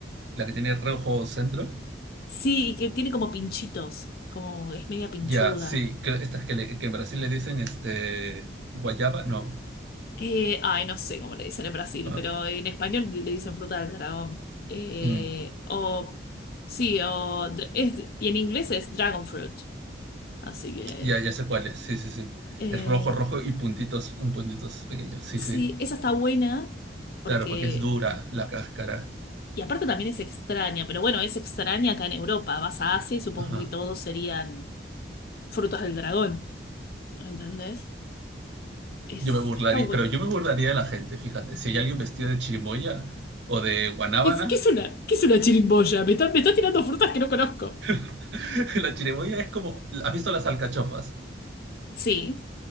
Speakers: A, on the right; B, on the left.
A: la que tiene rojo centro.
B: Sí, y que tiene como pinchitos, como es media pinchuda.
A: Ya, sí, que, estas que, le- que en Brasil le dicen este, guayaba, no.
B: Eh, ay, no sé cómo le dicen en Brasil,
A: Ah,
B: pero en español le dicen fruta del dragón. Eh,
A: mm.
B: o, sí, o, dra- es, y en inglés es dragon fruit. Así que,
A: ya, ya sé cuál es, sí, sí, sí.
B: eh,
A: Es rojo, rojo y puntitos, un puntitos pequeños, sí,
B: sí,
A: sí.
B: esa está buena porque
A: Claro, porque es dura la cáscara.
B: Y aparte también es extraña, pero bueno, es extraña acá en Europa. Vas a Asia y supongo
A: Ajá.
B: que todos serían frutas del dragón. ¿Entendés? Es,
A: Yo me burlaría,
B: está bueno.
A: pero yo me burlaría de la gente, fíjate. Si hay alguien vestido de chirimoya o de guanábana,
B: ¿Qué es, qué es una, qué es una chirimboya? Me está, me está tirando frutas que no conozco.
A: <laughs> la chirimoya es como, ¿has visto las alcachofas?
B: Sí.